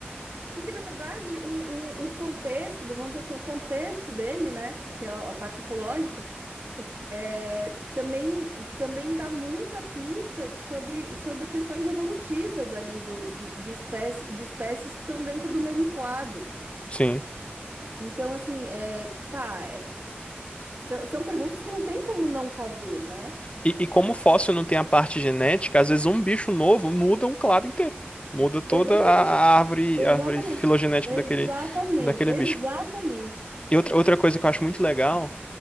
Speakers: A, on the right (about 60°); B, on the left (about 30°).
A: porque na verdade o, o, o contexto, vamos dizer assim, o contexto dele, né? Porque é a a parte ecológica É, também, também dá muita pista sobre, sobre questões evolutivas ali do, de, de, espécie, de espécies que estão dentro do mesmo clado.
B: Sim.
A: Então, assim, é, pá, é, são, são perguntas que não tem como não fazer, né?
B: E, e como o fóssil não tem a parte genética, às vezes um bicho novo muda um clado inteiro. Muda toda
A: Exatamente,
B: a a árvore,
A: exatamente,
B: a árvore filogenética
A: exatamente,
B: daquele, daquele
A: exatamente.
B: bicho. E outra, outra coisa que eu acho muito legal